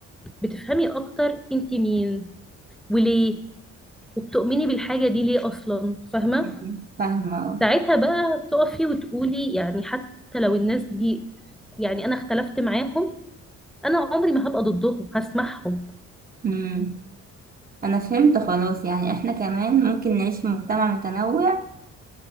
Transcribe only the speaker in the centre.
بتفهمي اكتر انت مين وليه وبتؤمني بالحاجة دي ليه اصلا فاهمة
ساعتها بقى تقفي وتقولي يعني حتى لو الناس دي يعني انا اختلفت معاهم انا عمري ما هبقى ضدهم هسمعهم